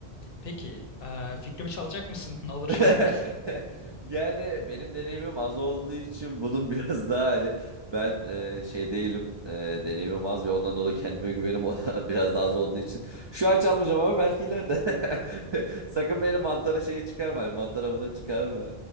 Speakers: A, on the left; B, on the right.
A: Peki. Eee, fikrimi çalacak mısın? <laughs> Ne olur
B: <laughs>
A: çalma.
B: Yani benim deneyimim az olduğu için bunun biraz daha hani ben e, şey değilim e, deneyimim az ve ondan dolayı kendime
A: Hı hı.
B: güvenim ona- <laughs> biraz daha az olduğu için şu an çalmayacağım ama belki ileride <laughs> sakın beni mantara şeyi çıkarma hani mantar avına çıkarma.